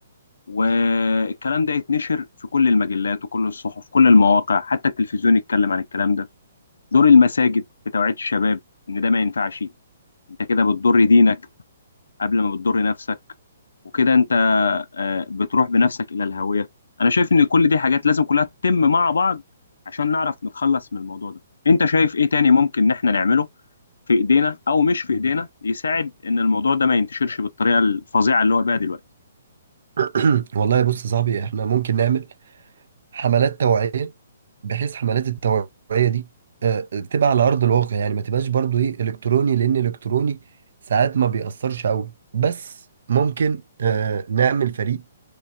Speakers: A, on the left; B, on the right.
A: والكلام ده يتنشر في كل المجلات وكل الصحف كل المواقع حتى التلفزيون يتكلم عن الكلام ده دور المساجد في توعية الشباب ان ده ما ينفعش انت كده بتضر دينك قبل ما بتضر نفسك وكده انت آه، بتروح بنفسك الى الهوية انا شايف ان كل دي حاجات لازم كلها تتم مع بعض عشان نعرف نتخلص من الموضوع ده انت شايف ايه تاني ممكن ان احنا نعمله في ايدينا او مش في ايدينا يساعد ان الموضوع ده ما ينتشرش بالطريقة الفظيعة اللي هو بيها دلوقتي
B: <clears throat> والله بص يا صاحبي احنا ممكن نعمل حملات توعية بحيث حملات التوعية دي آه، تبقى على أرض الواقع يعني ما تبقاش برضو إيه إلكتروني لأن إلكتروني ساعات ما بيأثرش أوي بس ممكن آه، نعمل فريق